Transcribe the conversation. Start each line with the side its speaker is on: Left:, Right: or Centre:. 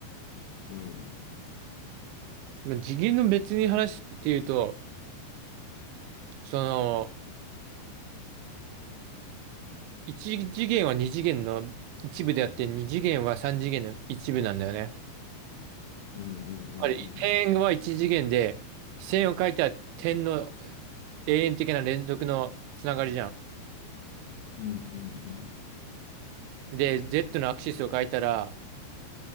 Left: うん。
Right: まあ、次元の別に話っていうと、その、一次元は二次元の一部であって、二次元は三次元の一部なんだよね。
Left: うん、うん、うん、
Right: あれ、
Left: うん。
Right: 点は一次元で、線を書いたら点の永遠的な連続のつながりじゃ
Left: うん、うん、うん。
Right: ん。で、Z のアクシスを書いたら、